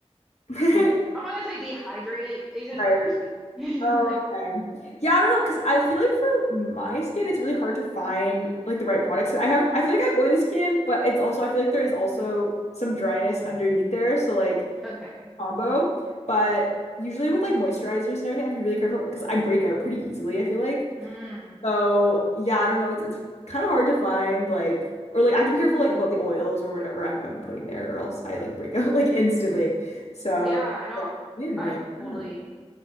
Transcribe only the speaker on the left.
mm.
<laughs>
Right.
Okay. Yeah, I don't know, because I feel like for my skin, it's really hard to find like the right products. I have, I feel like I have oily skin, but it's also, I feel like there is also some dryness underneath there. So like,
combo, but usually with like moisturizers and everything, I have to be really careful because I break out pretty easily, I feel like.
So yeah, I don't know. It's it's kind of hard to find like or like I have to be careful like about the oils or whatever I'm I'm putting there or else I like break out <laughs> like instantly. So
really annoying.
I don't know.